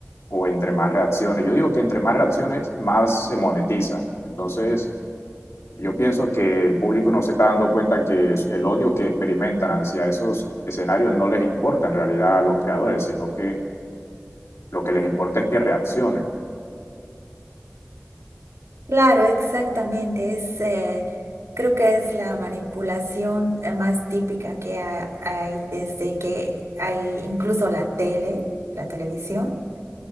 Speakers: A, on the left; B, on the right.
A: o entre más reacciones. Yo digo que entre más reacciones, más se monetiza. Entonces, yo pienso que el público no se está dando cuenta que es- el odio que experimentan hacia esos escenarios no les importa en realidad a los creadores, sino que lo que les importa es que reaccionen.
B: Claro, exactamente. Es, eh, creo que es la manipulación eh, más típica que ha- hay desde que hay incluso la tele, la televisión.